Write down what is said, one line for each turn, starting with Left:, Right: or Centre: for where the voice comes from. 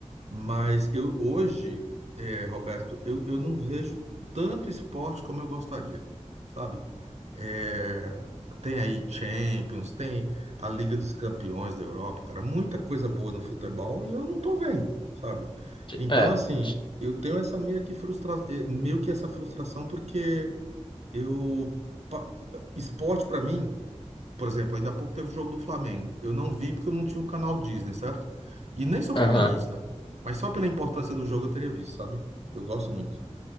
Right: Mas eu hoje, eh, Roberto, eu, eu não vejo tanto esporte como eu gostaria, sabe? Eh, tem aí Champions, tem a Liga dos Campeões da Europa, cara, muita coisa boa no futebol e eu não tô vendo, sabe? Então,
Left: É.
Right: assim,
Left: ti-
Right: eu tenho essa meio que frustra... eh, meio que essa frustração porque eu pa- esporte pra mim por exemplo, ainda há pouco teve o jogo do Flamengo. Eu não vi porque eu não tinha o canal Disney, certo? E nem sou
Left: Aham.
Right: flamenguista. Mas só pela importância do jogo eu teria visto, sabe? Eu gosto muito.